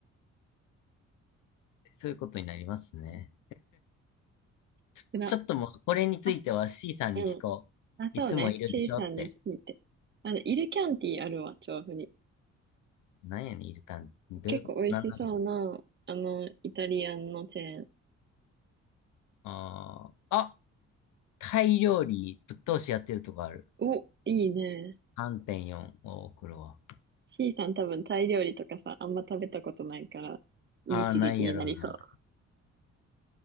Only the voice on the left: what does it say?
そういうことになりますね。
ちょ、
ちょっともう、これについては
C さんに聞こう。
いつもいるでしょって。
なんやねん、いるかん。どういう、
なんなんですか
あーあ、タイ料理、ぶっ通しやってるとこある。
3.4を送るわ。
ああ、ないやろな。